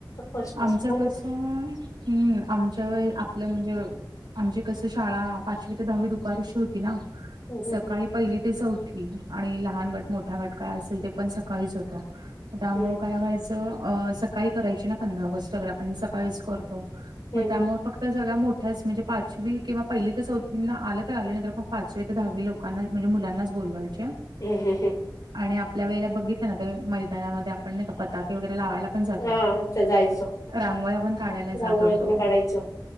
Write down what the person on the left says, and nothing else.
फर्स्ट पासून
बोलवते
हम्म हम्म
हम्म
हम्म
हम्म
हम, हम हं..
हम्म हा त्या जायचो
रांगोळी
पण काढायचो